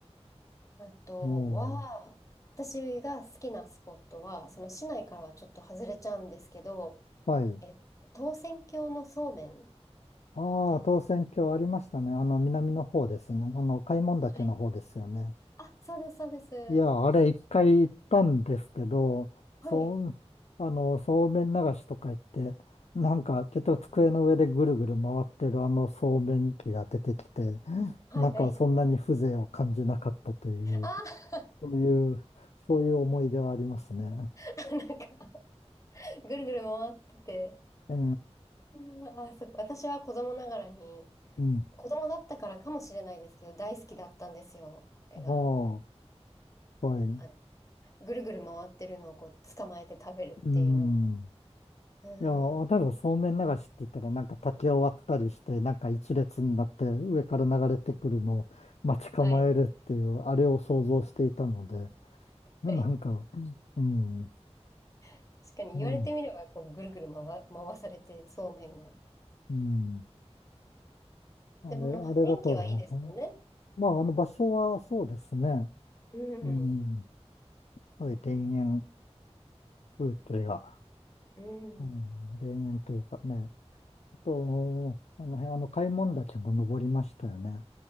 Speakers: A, on the left; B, on the left.
A: あとは、
B: も
A: 私が好きなスポットは、その市内からはちょっと外れちゃうんですけど、
B: うはい。
A: え、唐船峡のそうめんっ
B: ああ、
A: て、
B: 当選挙ありましたね。あの南の方ですね。あの開聞岳の方ですよね。
A: はい。あ、そうです、そうです。
B: いや、あれ一回行ったんですけど、そう、
A: はい。
B: あの、そうめん流しとか言って、なんか結局机の上でぐるぐる回ってるあのそうめん機が出てきて、
A: はい、
B: なんかそんなに風情を感じなかったという、
A: はい。あ
B: そういう、そういう思い出はありますね。
A: ー <laughs> なんか、ぐるぐる回ってて、
B: ええ、
A: あー、あそこ私は子供ながらに、
B: うん。
A: 子供だったからかもしれないですけど、大好きだったんですよ。あれが。
B: ああ、はい。
A: あの、ぐるぐる回ってるのをこう捕まえて食べるっていうのが。
B: うん。
A: うん。
B: いや、ただそうめん流しって言ったら、なんか竹を割ったりして、なんか一列になって上から流れてくるのを待ち構えるっていう、
A: はい。
B: あれを想像していたので、なんか、
A: はい。
B: うん、
A: 確かに言われてみれば、
B: うん、
A: こうぐるぐる回、回されて、そうめんが。
B: うん、あれ、
A: でもあの雰囲気はいいですよね。
B: あれだと、まあ、あの場所はそうですね、
A: うん。
B: うん、すごい田園
A: うん
B: 風景が、
A: うん。
B: うん、田園というかね、と、あの辺、あの、開聞岳も登りましたよね。